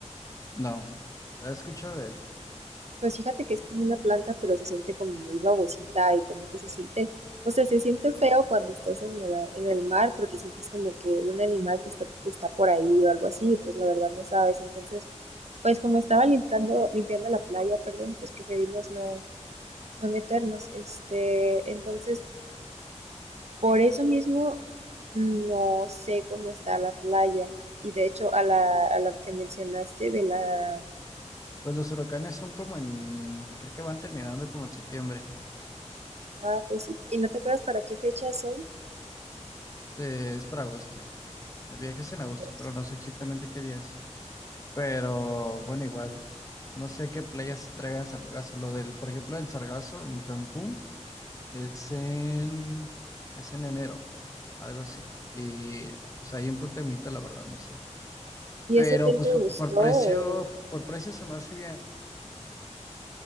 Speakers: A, on the left (about 25°); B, on the right (about 65°).
A: No, he escuchado de él.
B: Pues fíjate que es como una planta, pero se siente como muy babosita y como que se siente, o sea, se siente feo cuando estás en la- en el mar porque sientes como que un animal que está, está por ahí o algo así, pues la verdad no sabes. Entonces, pues como estaba limpiando, limpiando la playa, perdón, pues preferimos no, no meternos. Este, entonces, por eso mismo no sé cómo está la playa. Y de hecho, a la, a la que mencionaste de la,
A: Pues los huracanes son como en, creo que van terminando como en septiembre.
B: ah, pues sí, ¿y no te acuerdas para qué fechas son?
A: Te- es para agosto. El viaje
B: Ah,
A: es en agosto,
B: pues
A: pero no sé exactamente qué días. Pero bueno, igual, no sé qué playas se traigan sargazo. Lo del, por ejemplo, el sargazo en Cancún. Es en, es en enero, algo así. Y pues ahí en Punta Mita, la verdad, no sé.
B: ¿Y
A: Pero
B: ese hotel
A: pues
B: te
A: por,
B: gustó?
A: por precio,
B: o-
A: por precio se me hace bien.